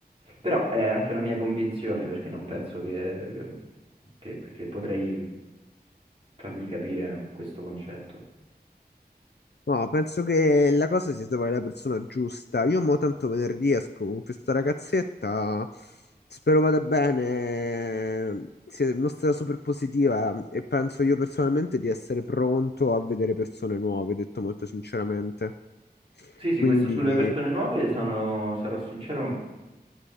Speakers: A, on the right (about 35°); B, on the left (about 80°).
A: Però è anche una mia convinzione perché non penso che, che- che potrei fargli capire questo concetto.
B: No, penso che la cosa sia trovare la persona giusta. Io mo tanto venerdì esco con questa ragazzetta, spero vada bene, si è mostrata super positiva e penso io personalmente di essere pronto a vedere persone nuove, detto molto sinceramente.
A: Sì, sì,
B: Quindi
A: questo sulle persone nuove sono, sarò sincero,